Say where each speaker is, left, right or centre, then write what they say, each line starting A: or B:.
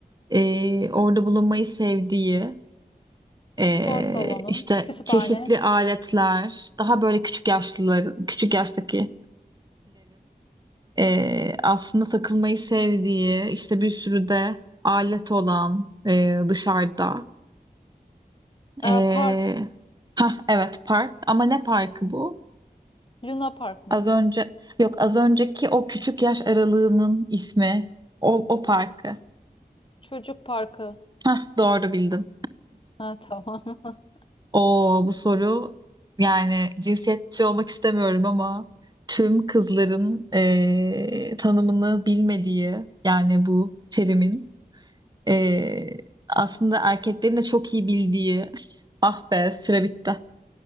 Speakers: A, on the right; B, on the left.
A: e, orada bulunmayı sevdiği e,
B: Spor salonu,
A: işte
B: kütüphane,
A: çeşitli aletler daha böyle küçük yaşlıların küçük yaştakilerin e, aslında takılmayı sevdiği, işte bir sürü de alet olan e, dışarıda.
B: ee,
A: E,
B: park,
A: ha evet park ama ne parkı bu?
B: Luna Park mı?
A: Az önce yok az önceki o küçük yaş aralığının ismi o, o parkı.
B: Çocuk parkı
A: Ha doğru
B: mı?
A: bildim.
B: Ha tamam. <laughs>
A: O bu soru yani cinsiyetçi olmak istemiyorum ama tüm kızların e, tanımını bilmediği yani bu terimin Ee, aslında erkeklerin de çok iyi bildiği. <laughs> Ah be süre bitti.